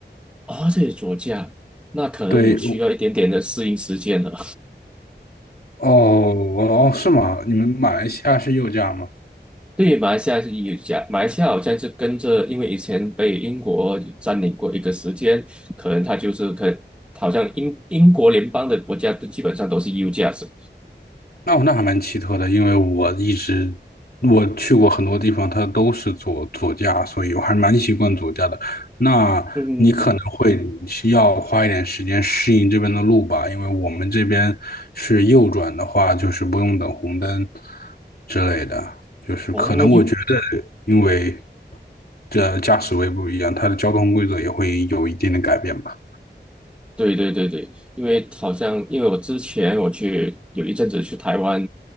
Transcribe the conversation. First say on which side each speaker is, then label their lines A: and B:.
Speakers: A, in the centre; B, on the left.
A: 哦，这也左驾，那可能我需要一点点的适应时间了。
B: 对，哦哦，是吗？你们马来西亚是右驾吗？
A: 对，马来西亚是有讲，马来西亚好像是跟着，因为以前被英国占领过一个时间，可能它就是可好像英英国联邦的国家都基本上都是 U 价值。
B: 哦，那还蛮奇特的，因为我一直我去过很多地方，它都是左左驾，所以我还蛮习惯左驾的。那你可能会需要花一点时间适应这边的路吧，
A: 嗯嗯嗯，嗯
B: 因为我们这边是右转的话，就是不用等红灯之类的，就是可能我觉得，
A: 哦，U，
B: 因为这驾驶位不一样，它的交通规则也会有一定的改变吧。
A: 对对对对，因为好像因为我之前我去有一阵子去台湾，